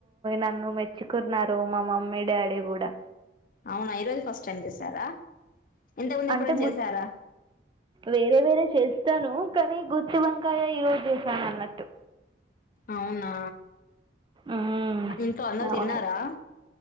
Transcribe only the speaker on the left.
అవునా ఈరోజే ఫస్ట్ టైమ్ చేసారా ఇంతకుముందు
ఎప్పుడైనా
చేసారా
అవునా
ఇంట్లో అందరు
తిన్నారా